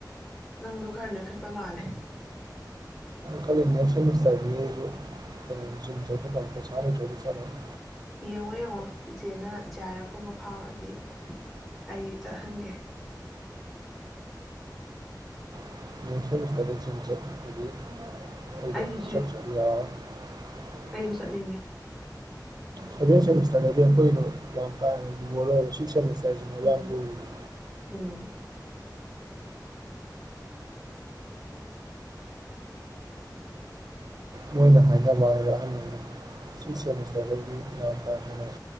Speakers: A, in the centre; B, on the right (about 60°).
A: ꯅꯪꯗꯣ ꯈꯔ ꯅꯦꯈꯠꯄ ꯃꯥꯜꯂꯦ
B: ꯈꯜꯂꯤꯅꯦ ꯐꯦꯃꯤꯁꯇꯨꯝ <inaudible> <unintelligible> <unintelligible> ꯄꯩꯁꯥ ꯂꯩꯇꯔꯗꯤ ꯆꯠꯂꯣꯏ <inaudible>
A: ꯌꯦꯡꯉꯣ ꯌꯦꯡꯉꯣ ꯏꯆꯦꯅ ꯖ ꯑꯥꯌꯔ ꯑꯦꯞ ꯀꯨꯝꯕ ꯐꯥꯎꯔꯗꯤ ꯑꯩ ꯆꯠꯍꯟꯒꯦ
B: <inaudible> <unintelligible>
A: ꯑꯩꯁꯨ
B: <inaudible>
A: ꯑꯩꯁꯨ ꯆꯠꯅꯤꯡꯉꯦ
B: ꯁꯦꯚꯦꯟ ꯁꯦꯃꯤꯁꯇꯔꯗꯗꯤ ꯑꯩꯈꯣꯏꯗꯣ ꯌꯥꯝ ꯀꯥ ꯍꯟꯅ ꯂꯕꯔꯣꯏꯔ ꯁꯤꯛꯁ ꯁꯦꯃꯤꯁꯇꯔꯁꯤꯅꯦ
A: ꯎꯝ
B: ꯌꯥꯝ ꯂꯨꯔꯤꯁꯦ
A: ꯎꯝ <unintelligible>
B: ꯃꯣꯏꯅ ꯍꯥꯏꯅꯕ ꯍꯥꯏꯕ ꯑꯍꯟꯅ ꯁꯤ ꯁꯦꯃꯤꯁꯇꯔꯗꯒꯤꯗꯤ ꯌꯥꯝ ꯀꯥ ꯍꯦꯅ